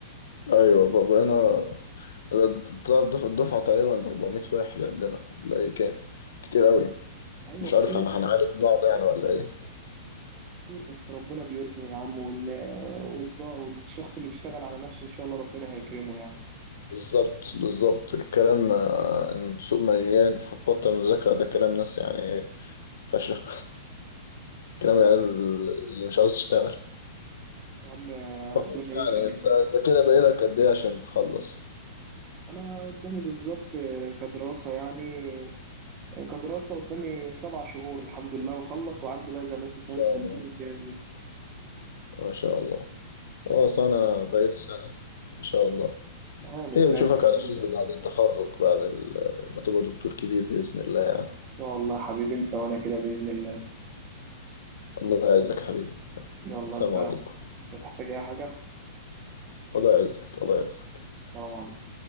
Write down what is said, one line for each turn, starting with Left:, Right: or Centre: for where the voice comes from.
Left: أيوه بقى- بقينا الدفعة الدفعة تقريبا 400 واحد عندنا ولا إيه كام كتير أوي
Right: أيوة
Left: مش
Right: كتير
Left: عارف هن- هنعالج بعض يعني ولا إيه
Right: كتير بس ربنا بيرزق يا عم وال- والظا- والشخص اللي بيشتغل على نفسه إن شاء الله ربنا هيكرمه يعني
Left: بالظبط بالظبط الكلام آه، إن السوق مليان فتبطل مذاكرة ده كلام ناس يعني فاشلة
Right: اه
Left: كلام العيال
Right: يا عم
Left: اللي مش عاوز تشتغل
Right: يا عم ربنا
Left: يعني
Right: يكرم الجميع
Left: انت انت كده باقي لك قد ايه عشان تخلص ان
Right: أنا قدامي بالظبط آه، كدراسة يعني آه، كدراسة قدامي سبع شهور الحمد لله وأخلص وعندي بقى زي ما أنت فاهم
Left: شاء
Right: سنتين
Left: الله
Right: امتياز لسه
Left: ما شاء الله خلاص انا باقي لي سنة ان شاء الله
Right: هانت
Left: خير نشوفك
Right: هانت
Left: على
Right: إن
Left: خير بعد التخرج بعد ال- ما تبقى دكتور كبير بإذن الله يعني
Right: شاء الله يا حبيبي أنت وأنا كده بإذن الله
Left: الله يعزك يا حبيبي
Right: يلا
Left: السلام
Right: أنت
Left: عليكم
Right: مش هتحتاج أي حاجة
Left: الله يعزك الله يعزك
Right: سلام عليكم